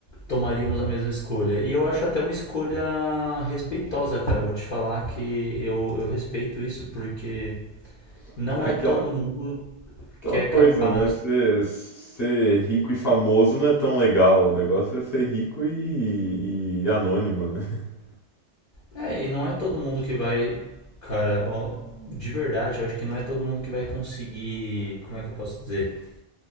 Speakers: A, on the left (about 55°); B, on the left (about 15°).
A: tomaríamos a mesma escolha. E eu acho até uma escolha respeitosa, cara. Eu vou te falar que eu, eu respeito isso porque
B: <laughs>
A: não
B: Aquela
A: é todo mundo
B: Aquela
A: que é
B: coisa,
A: capaz.
B: né? Ser, ser rico e famoso não é tão legal. O negócio é ser rico e, e anônimo, né? <laughs>
A: É, e não é todo mundo que vai, cara, ó, de verdade, eu acho que não é todo mundo que vai conseguir, como é que eu posso dizer?